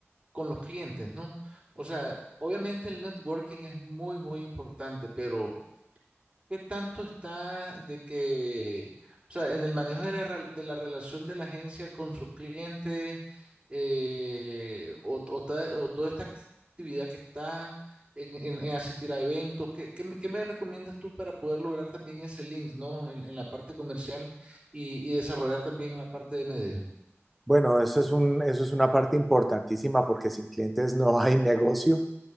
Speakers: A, on the right; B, in the centre.
A: con los clientes, ¿no? O sea, obviamente el networking es muy, muy importante, pero ¿Qué tanto está de que, o sea, en el manejo de la, rel- de la relación de la agencia con sus clientes eh, o, o ta- o toda esta actividad que está en, en- en asistir a eventos? ¿Qué, qué me qué me recomiendas tú para poder lograr también ese link, ¿no? En, en la parte comercial y, y desarrollar también la parte de medio.
B: Bueno, eso es un, eso es una parte importantísima porque sin clientes no hay <laughs> negocio